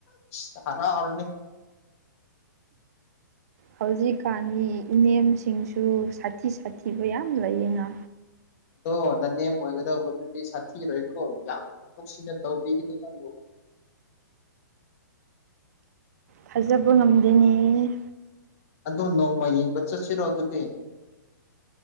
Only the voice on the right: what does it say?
ꯍꯧꯖꯤꯛꯀꯥꯟꯒꯤ ꯏꯅꯦꯝꯁꯤꯡꯁꯨ ꯁꯥꯊꯤ ꯁꯥꯊꯤꯕ ꯌꯥꯝ ꯂꯩꯌꯦꯅ
ꯊꯖꯕ ꯉꯝꯗ‌ꯦꯅ‌ꯦ